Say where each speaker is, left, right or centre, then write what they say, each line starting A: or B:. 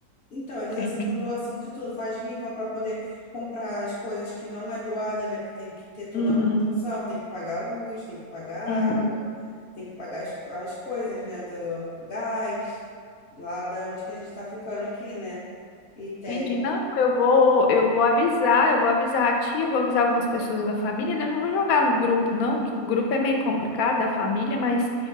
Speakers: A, on the left; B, on the left.
A: Então, eles
B: Entendi.
A: aceitam doação de tudo, faz rifa para poder comprar as coisas que não é doada, né? Que tem que ter toda
B: Uhum.
A: a manutenção, tem que pagar a luz, tem que pagar
B: Uhum.
A: água tem que pagar as, as coisas, né? Do gás, lá da onde que a gente está ficando aqui, né? E tem.
B: Entendi. Não, eu vou, eu vou avisar, eu vou avisar a tia, eu vou avisar algumas pessoas da família, né? Eu não vou jogar no grupo, não, que o grupo é meio complicado da família, mas